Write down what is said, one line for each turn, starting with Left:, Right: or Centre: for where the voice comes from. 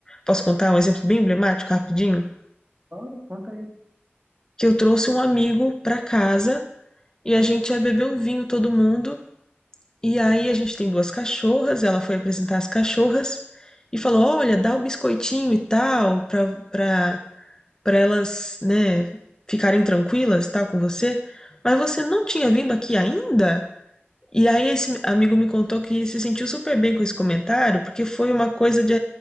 Left: posso contar um exemplo bem emblemático, rapidinho?
Right: Claro, conta aí.
Left: Que eu trouxe um amigo para casa e a gente ia beber um vinho todo mundo E aí a gente tem duas cachorras, ela foi apresentar as cachorras e falou: "Olha, dá o biscoitinho e tal pra para para elas, né, ficarem tranquilas e tal com você, mas você não tinha vindo aqui ainda?" E aí esse amigo me contou que se sentiu super bem com esse comentário, porque foi uma coisa de,